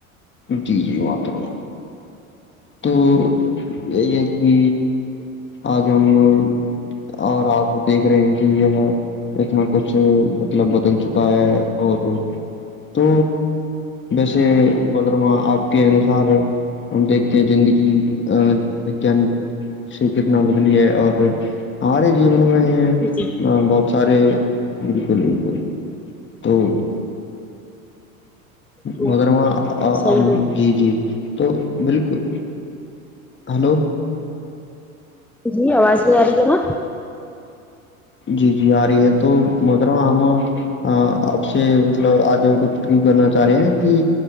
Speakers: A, on the left; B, in the centre.
A: جی جی ماتر ہ تو یہی ہے کہ آج ہم لو اور آپ دیکھ رہے ہیں کہ یہ ہے کتنا کچھ مطلب بدل چکا ہے اور تو ویسے مرمہ آپ کے انوسار ہم دیک زندگی ا وان سے کتنا بدلی ہے اور ہمارے جیون میں
B: جی
A: بہت سارے بالکل بالکل تو
B: جی
A: مگرگرا
B: صحیح بالکل
A: جی جی تو بالکل ہلو
B: جی آواز نہیں آ رہی ہے نا
A: جی جی آ رہی ہے تو مترو ہمام ہاں آپ سے مطلب آج کچھ کیوں کرنا چاہ رہے ہیں کہ